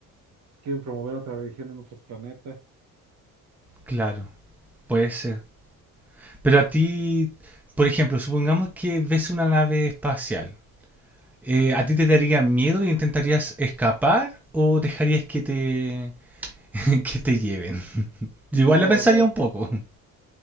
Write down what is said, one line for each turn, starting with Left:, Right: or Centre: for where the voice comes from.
Right: quieren promover otra religión en otros planetas.
Centre: claro, puede ser. Pero a ti, por ejemplo, supongamos que ves una nave espacial. Eh, ¿A ti te daría miedo y intentarías escapar o dejarías que te, <laughs> que te lleven? Yo
Right: No,
Centre: igual
Right: yo
Centre: la
Right: la
Centre: pensaría
Right: verdad,
Centre: un poco. <laughs>